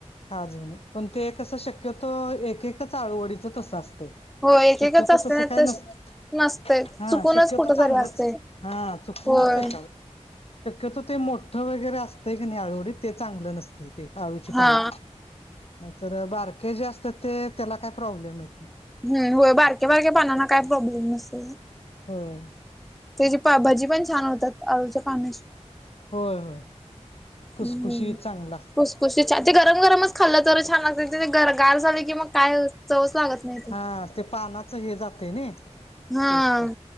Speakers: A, on the left (about 55°); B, in the centre.
A: खाजीऊने पण ते कसं शक्यतो एक एकच आळुवडीच तसं असतय.
B: हो एकेकच
A: शक्यतो
B: असते
A: तसं
B: नाही
A: काय
B: तर
A: नसत
B: नसतय
A: हा
B: चुकूनच
A: शक्यतो
B: कुठ
A: चांगलंच
B: तरी असतय
A: हा चुकूनच
B: होय
A: एका शक्यतो ते मोठं वगैरे असतंय की नाही आळूवडीत ते चांगलं नसतंय ते आळूची पानं.
B: हा
A: तर बारके जे असतात ते त्याला काही प्रॉब्लेम येत नाही.
B: हम् होय बारके बारके पानाना काय प्रॉब्लेम नसेते.
A: होम
B: त्याची भजी पण छान होतात आळूच्या पाहण्याची
A: होय होय खुसखुशीत
B: हम्म
A: चांगल लागतय.
B: <unintelligible> गरम गरमच खाल्लं तर छान लागत्यात ते गर गार झाले कि मग काय चवच लागत नाही. ते
A: हा ते पानाचं हे जातय नाही
B: हा
A: टेस्ट